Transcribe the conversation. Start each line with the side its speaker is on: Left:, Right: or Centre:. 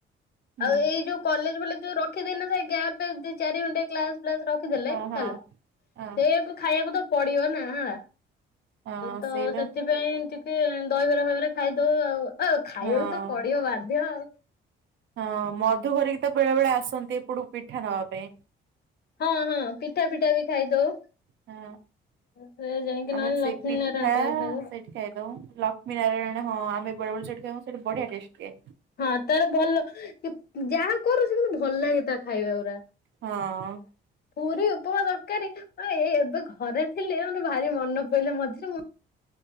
Right: ହୁଁ
Left: ଆଉ ଏଇ ଯୋଉ କଲେଜ ବାଲି ଯୋଉ ରଖି ଦେଇନଥାଏ ଗ୍ୟାପ୍ ଦି ଚାରି ଘଣ୍ଟା କ୍ଲାସ ରଖିଦଲେ
Right: ହଁ ହଁ।
Left: ହେଲା
Right: ହଁ
Left: ସେଇଆକୁ ଖାଇବାକୁ ତ ପଡିବ ନା ହେଲା।
Right: ହଁ
Left: ତ
Right: ସେଇପା
Left: ସେଥିପାଇଁ ଟିକେ ଦହିବରା ଭାବରେ ଖାଇଦଉ ଆଉ ଆଉ ଖାଇବାକୁ
Right: ହଁ।
Left: ତ ପଡିବ ବାଧ୍ୟ ଆଉ।
Right: ହଁ ମଧୁ ହରିକି ତ ବେଳେ ବେଳେ ଆସନ୍ତି ଏପଟକୁ ପିଠା ନବା ପାଇଁ।
Left: ହଁ ହଁ ପିଠା ପିଠା ବି ଖାଇଦଉ।
Right: ହଁ
Left: ସେ ଯାଇକି
Right: ଆମେ
Left: ନହେଲେ
Right: ବି ସେଇ
Left: ଲକ୍ଷ୍ମୀ
Right: ପିଠା
Left: ନାରାୟଣ ପାଖରେ ଖାଇଦଉ
Right: ସେଇଠି ଖାଇଦେଉ ଲକ୍ଷ୍ମୀ ନାରାୟଣ ହଁ ଆମେ ବେଳେବେଳେ ସେଇଠି ଖାଉ ସେଇଠି ବଢିଆ ଟେଷ୍ଟ। ଦିଏ
Left: ହଁ ତାର ଭଲ ଯାହା କରୁ ସେମିତି ଭଲ ଲାଗେ ତା ଖାଇବା ଗୁରା
Right: ହଁ।
Left: ପୁରୀ ଉପମା ତରକାରୀ ଏଇ ଏବେ ଘରେ ଥିଲି ଭାରି ମନେ ପଡିଲ ମଝିରେ ମୁଁ।